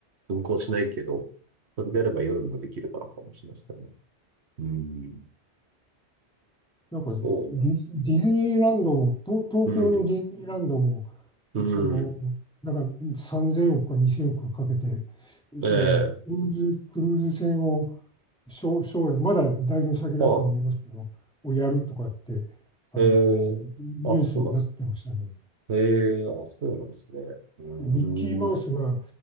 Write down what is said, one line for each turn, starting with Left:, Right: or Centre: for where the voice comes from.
Right: 運行しないけど、それであれば夜もできるからかもしれないですけどね。うん。
Centre: なんかディズ、
Right: そうなんですね。
Centre: ディズニーランドも、東東京のディズニーランドも、
Right: うん。うん。
Centre: その、だから3000億か2000億かかけて、
Right: ええ
Centre: そのクルーズ、クルーズ船を将、将来、まだだいぶ先だと思いますけど、
Right: まあ、
Centre: をやるとかって、あの、
Right: ええあ、
Centre: ニュースになってましたね。
Right: そうなんです。ええあ、そうなんですね。うーん。
Centre: ミッキーマウスが